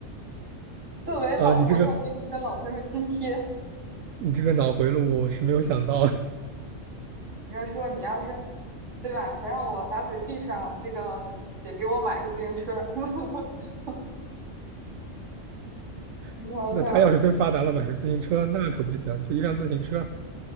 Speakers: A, on the right (about 65°); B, on the right (about 85°).
A: 作为老朋友给你一个老朋友津贴。
B: 啊。你这个你这个脑回路我是没有想到，
A: 你要说你要是。对吧？想让我把嘴闭上，这个得给我买个自行车。<laughs> 开玩笑，
B: <laughs> 那他要是真发达了，买个自行车那可不行，就一辆自行车。